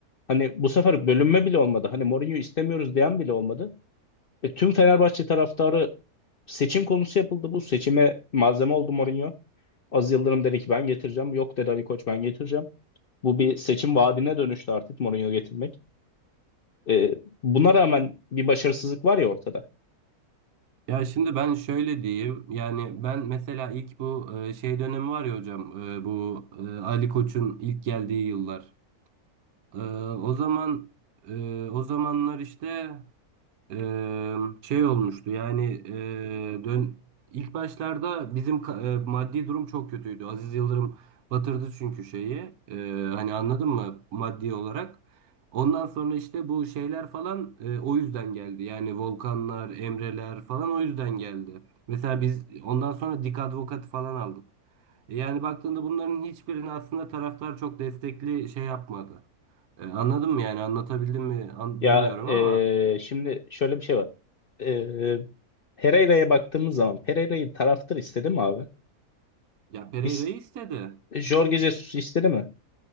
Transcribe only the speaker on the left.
Hani bu sefer bölünme bile olmadı. Hani Mourinho istemiyoruz diyen bile olmadı. E, tüm Fenerbahçe taraftarı seçim konusu yapıldı. Bu seçime malzeme oldu Mourinho. Az Yıldırım dedi ki ben getireceğim. Yok dedi Ali Koç ben getireceğim. Bu bir seçim vaadine dönüştü artık Mourinho getirmek. E, buna rağmen bir başarısızlık var ya ortada.
Ya
e,
şimdi şöyle bir şey var. E, Pereira'ya baktığımız zaman Pereira'yı taraftır istedi mi abi?
İs
Jorge Jesus istedi mi?